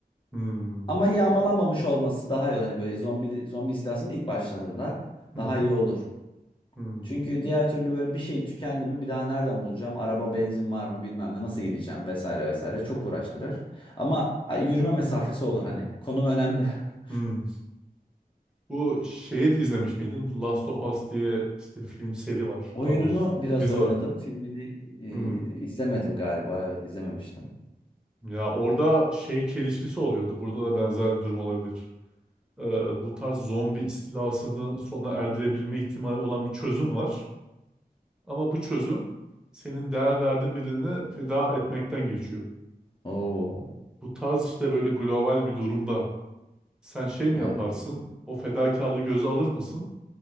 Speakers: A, in the centre; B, on the left.
A: hmm,
B: Ama yağmalanmamış olması daha iyi. Hani böyle zombi zombi istilasının ilk başlarında
A: hı
B: daha
A: hı,
B: iyi olur.
A: hmm,
B: Çünkü diğer türlü böyle bir şey tükendi mi bir daha nereden bulacağım? Araba benzin var mı bilmem ne nasıl gideceğim vesaire vesaire çok uğraştırır. Ama ay, yürüme mesafesi olur hani. Konum önemli. <laughs>
A: hmm. Bu şeyi de izlemiş miydin? The Last of Us diye işte film seri var.
B: Oyununu
A: Daha doğrusu
B: biraz
A: dizi
B: oynadım.
A: var.
B: Filmini e,
A: Hmm.
B: izlemedim galiba. Evet, izlememiştim.
A: Ya orada şey çelişkisi oluyordu. Burada da benzer bir durum olabilir. Ee, bu tarz zombi istilasını sona erdirebilme ihtimali olan bir çözüm var. Ama bu çözüm senin değer verdiğin birini feda etmekten geçiyor.
B: Oo,
A: Bu tarz işte böyle global bir durumda sen şey mi
B: evet.
A: yaparsın? O fedakarlığı göze alır mısın?